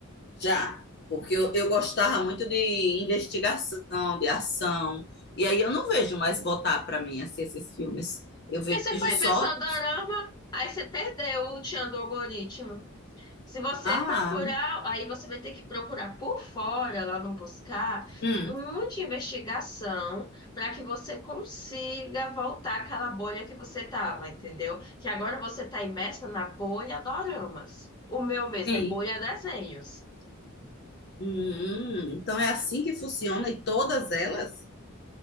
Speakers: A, on the left; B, on the left.
A: Já, porque eu, eu gostava muito de investigação, de ação, e aí eu não vejo mais botar para mim assim, esses filmes. Eu
B: É Porque
A: vejo
B: você foi
A: só
B: ver só dorama, aí você perdeu o tchan do algoritmo. Se você
A: Ah,
B: procurar, aí você vai ter que procurar por fora, lá no buscar,
A: hum,
B: um monte de investigação para que você consiga voltar àquela bolha que você tava, entendeu? Que agora você tá imersa na bolha doramas. O meu mesmo
A: sim.
B: é bolha desenhos.
A: Hum, então é assim que funciona e todas elas?